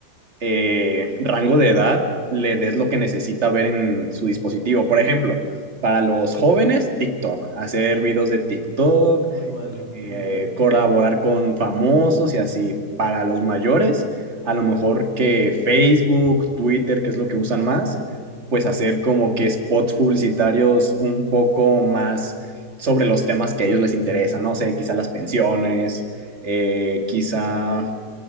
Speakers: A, on the right; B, on the left.
A: eh, rango de edad le des lo que necesita ver en su dispositivo. Por ejemplo, para los jóvenes, TikTok, hacer videos de TikTok,
B: Muy bueno,
A: eh,
B: muy bueno.
A: colaborar con famosos y así. Para los mayores, a lo mejor que Facebook, Twitter, que es lo que usan más, pues hacer como que spots publicitarios un poco más sobre los temas que a ellos les interesan, no sé, quizá las pensiones, eh, quizá,